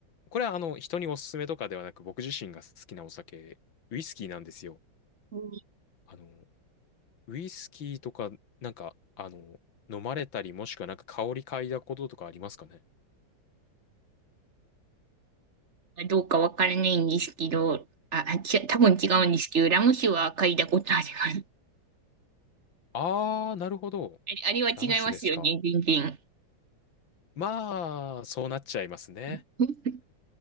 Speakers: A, on the left; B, on the right.
A: これはあの、人におすすめとかではなく、僕自身が好きなお酒、ウイスキーなんですよ。
B: うん
A: あの、ウイスキーとか、なんか、あの、飲まれたり、もしくはなんか香り嗅いだこととかありますかね。
B: どうかわからないんですけど、あ、あち多分違うんですけど、
A: うん。
B: ラム酒は嗅いだことあります。<laughs>
A: ああ、なるほど。
B: あれ、あれは違いますよね、
A: ラム酒ですか。
B: 全然。
A: まあ、そうなっちゃいますね。
B: <laughs>